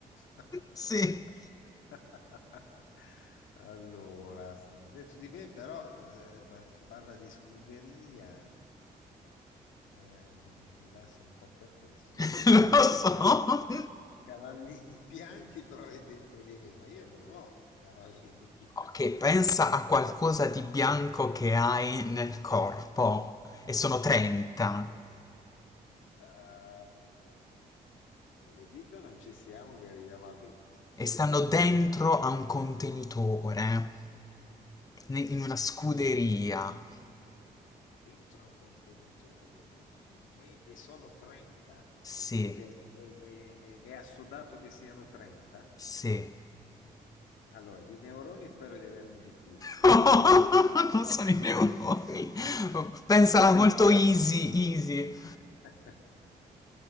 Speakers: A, on the left; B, on the left.
A: <laughs>
B: Sì,
A: Allora, dentro di me però eh, parla di scuderia, Eh, mi, mi lascia un po' perplesso,
B: <laughs>
A: scuderia.
B: lo so.
A: I Cavallini <laughs> bianchi però è dentro di me, ma io non ho cavallini <laughs> bianchi.
B: Ok, pensa a qualcosa di bianco che hai nel corpo e sono 30
A: Eh, con le dita non ci siamo che arriviamo a 20.
B: e
A: Eh,
B: stanno
A: mm,
B: dentro a un contenitore ne-
A: sono
B: in una scuderia.
A: tanti. dentro un contenitore, dentro di me, e sono 30,
B: Sì,
A: cioè, è, è- è- è assodato che siano 30.
B: sì.
A: Allora, di neuroni spero di averne di più.
B: <laughs>
A: Eh,
B: Non sono i neuroni.
A: <laughs>
B: Pensala
A: Vero,
B: molto
A: eh.
B: easy, easy.
A: <laughs>